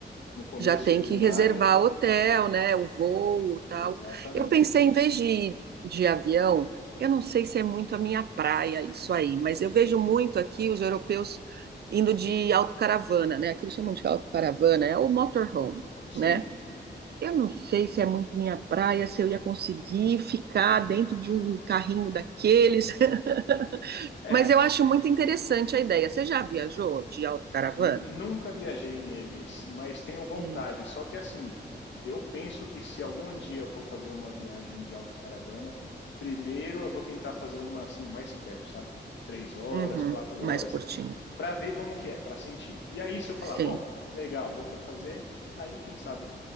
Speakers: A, on the left; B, on the right.
A: no começo
B: Já tem
A: de
B: que
A: maio,
B: reservar hotel, né? O voo, tal.
A: exatamente.
B: Eu pensei, em vez de ir de avião, eu não sei se é muito a minha praia isso aí, mas eu vejo muito aqui os europeus indo de autocaravana, né? Aqui eles chamam de autocaravana, é o motorhome,
A: Sim,
B: né? Eu não sei se é muito minha praia, se eu ia conseguir ficar dentro de um carrinho daqueles, <laughs>
A: é,
B: mas eu acho muito interessante a ideia. Você já viajou de autocaravana?
A: Nunca viajei neles, mas tenho vontade.
B: É.
A: Só que assim, eu penso que se algum dia eu for fazer uma viagem de autocaravana, primeiro eu vou tentar fazer uma assim mais perto, sabe? Três horas,
B: Uhum,
A: quatro
B: mais
A: horas,
B: curtinha.
A: para ver como que é, para sentir. E aí, se eu falar,
B: Sim.
A: bom, legal, deu para fazer, aí quem sabe